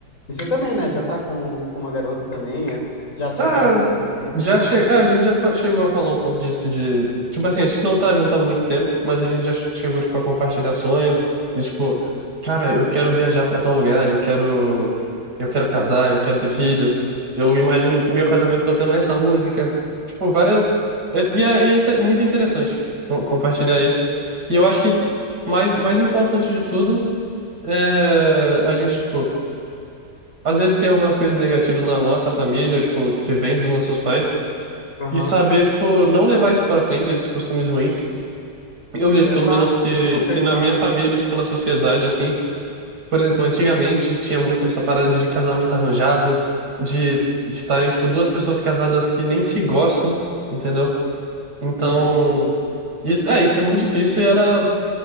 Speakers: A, on the left; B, on the right.
A: E você também, né? Já tá com, com uma garota também. é- já chegaram
B: Ah,
A: a falar sobre isso,
B: já
A: não?
B: che... ah, a gente já fa- chegou a falar um pouco disso de. Tipo assim, a gente não tá junto há muito tempo, mas a gente já chegou, tipo, a compartilhar sonho. De tipo, cara, eu quero viajar pra tal lugar, eu quero. Eu quero casar, eu quero ter filhos. Eu imagino meu casamento tocando essa música. Tipo, várias. é- E é, e é inter- muito interessante co- compartilhar isso. E eu acho que mais, mais importante de tudo é a gente, tipo, às vezes tem algumas coisas negativas na nossa família, tipo, que vem dos nossos pais.
A: Aham.
B: E saber, tipo, não levar isso pra frente, esses costumes ruins. Eu vejo,
A: Exato.
B: pelo menos, que,
A: Consertar,
B: que na minha
A: né?
B: família, tipo, na sociedade, assim, por exemplo, antigamente tinha muito essa parada de casamento arranjado, de estarem, tipo, duas pessoas casadas que nem se gostam, entendeu? Então,
A: Isso é difícil.
B: isso, é, isso é muito difícil e era,